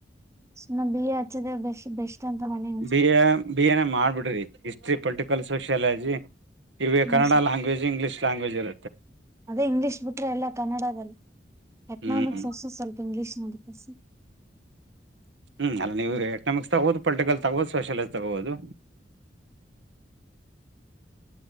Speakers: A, on the right; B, on the right.
A: ಸುಮ್ನ ಬಿ ಎ ಹಚ್ಚದೆ ಬೆಶ್ ಬೆಸ್. ಅತ್ಯಂತ ಮೆ <unintelligible>
B: ಬಿ ಎ ಬಿ ಎ ನೆ ಮಾಡ್ಬಿಡ್ರಿ ಹಿಸ್ಟ್ರಿ ಪೊಲಿಟಿಕಲ್ ಸೋಶ್ಯಾಲಜಿ. ಇವೆ
A: ಹ್ಮ್
B: ಕನ್ನಡ
A: ಸರ್
B: ಲಾಂಗ್ವೆಜ್ ಇಂಗ್ಲಷ ಲಾಂಗ್ವೇಜ್ ಇರ
A: ಅದೇ ಇಂಗ್ಲೀಷ್ ಬಿಟ್ರೆ ಎಲ್ಲ ಕನ್ನಡದಲ್ಲಿ ಎಕನಾಮಿಕ್ಸ್
B: ಹ್ಮ್ ಹ್ಮ್
A: ಅಷ್ಟ ಸ್ವಲ್ಪ ಇಂಗ್ಲೀಷ್ <unintelligible>
B: ಹ್ಮ್ ಅಲ್ಲ ನೀವು ಎಕನಾಮಿಕ್ಸ್ ತಗೋಬೋದು ಪೊಲಿಟಿಕಲ್ ತಗೋಬೋದು ಸೋಷಲಜ ತಗೋಬೋದು.
A: <inaudible>